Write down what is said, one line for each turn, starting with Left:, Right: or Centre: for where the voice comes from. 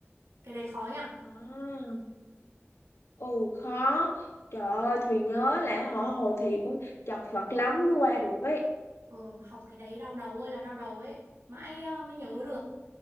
Right: cái đấy khó nhỉ
Left: À, ừ khó. Trời ơi, Thùy nhớ là họ hồi thì cũng chật vật lắm mới qua được ấy.
Right: ừ, học cái đấy đau đầu ơi là đau đầu ấy mãi ờ, mới nhớ
Left: Ừ,
Right: được